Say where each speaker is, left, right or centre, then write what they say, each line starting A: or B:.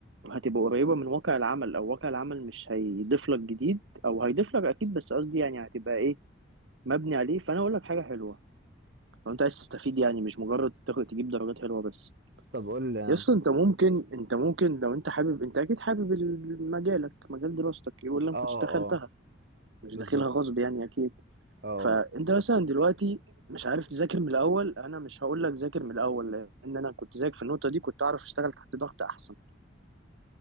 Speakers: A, on the right; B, on the right.
A: هتبقى قريبه من واقع العمل او واقع العمل مش هيضيف لك جديد او هيضيف لك اكيد بس قصدي يعني هتبقى ايه مبني عليه فانا اقول لك حاجه حلوه لو انت عايز تستفيد يعني مش مجرد تاخد تجيب درجات حلوه بس
B: طب قول لي
A: يس انت ممكن انت ممكن لو انت حابب انت اكيد حابب ال- مجالك مجال دراستك ولا ما
B: اه
A: كنتش دخلتها
B: اه
A: مش
B: بالظبط
A: داخلها غصب يعني اكيد
B: اه
A: فانت مثلا دلوقتي مش عارف تذاكر من الاول انا مش هقول لك ذاكر من الاول لان انا كنت ذاكر في النقطه دي كنت اعرف اشتغل تحت ضغط احسن